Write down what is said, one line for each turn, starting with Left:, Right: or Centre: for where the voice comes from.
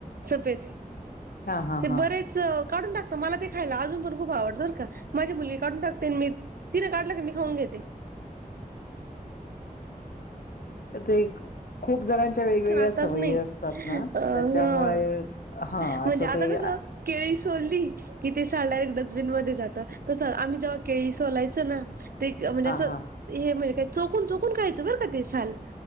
Right: सफेद,
Left: हा हा
Right: ते
Left: हा.
Right: बरेच चं, काढून टाकतो मला ते खायला अजून पण खूप आवडत बरं का, माझी मुलगी काढून टाकते मी तिनं काढलं का मी खाऊन घेते.
Left: ते एक खूप जणांच्या वेग-वेगळ्या
Right: आताच
Left: सवयी
Right: नाही
Left: असतात ना,
Right: अ
Left: त्याच्यामुळे,
Right: ह
Left: हा
Right: म्हणजे
Left: असं
Right: आता
Left: ते
Right: कसं केळी सोली कि ते साल डायरेक्ट डस्बिन मध्ये जातं, तसं आम्ही जेव्हा केळी सोलायचो ना ते, क म्हणजे
Left: हा
Right: असं,
Left: हा
Right: हे म्हणजे काय चोकून- चोकून खायचं बर का ते साल,